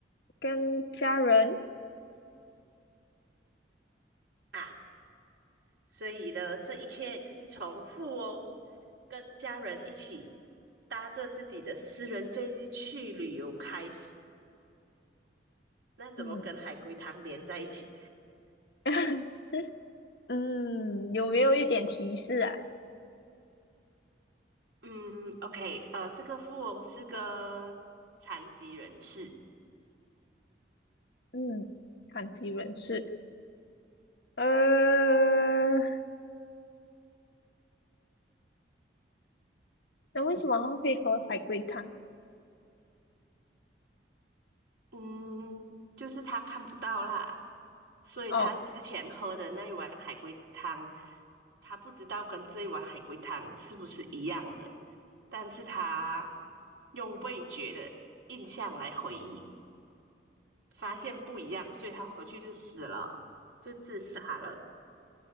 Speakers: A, on the left; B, on the right.
A: 跟家人，
B: 啊，所以呢，这一切就是从富翁跟家人一起搭着自己的私人飞机去旅游开始。那怎么跟海龟汤连在一起？
A: 嗯 <laughs> 嗯，有没有一点提示啊？
B: 嗯，OK，呃，这个富翁是个残疾人士，
A: 嗯，残疾人士，呃，
B: 对，
A: 那为什么它会喝海龟汤？
B: 嗯，就是他看不到啦，所以他之前喝的那一碗海龟汤，
A: 哦
B: 他不知道跟这一碗海龟汤是不是一样的，但是他用味觉的印象来回忆。发现不一样，所以他回去就死了，就自杀了。